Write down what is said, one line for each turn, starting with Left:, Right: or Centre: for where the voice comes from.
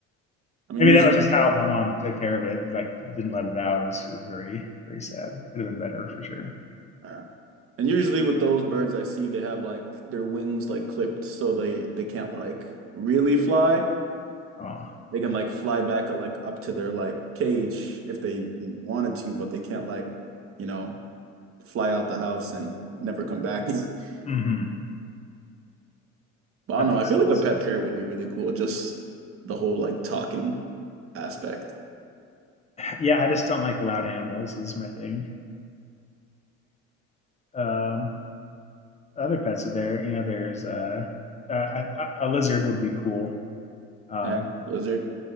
Right: I mean,
Left: Maybe
Right: usually
Left: that was just how my mom took care of it. Like didn't let it out. It was, it was very very sad. It could have been better for sure.
Right: uh, and usually with those birds I see they have like their wings like clipped so they they can't like really fly.
Left: Oh.
Right: They can like fly back uh, like up to their like cage if they wanted to, but they can't like, you know, fly out the house and never come back. <laughs>
Left: hmm
Right: But I
Left: That
Right: don't know.
Left: makes
Right: I feel
Left: sense.
Right: like a pet parrot would be really cool. Just the whole like talking aspect.
Left: Yeah, I just don't like loud animals. Is my thing. Um, other pets are there. You know, there's uh, uh, a, a lizard would be cool. Um,
Right: Yeah, lizard,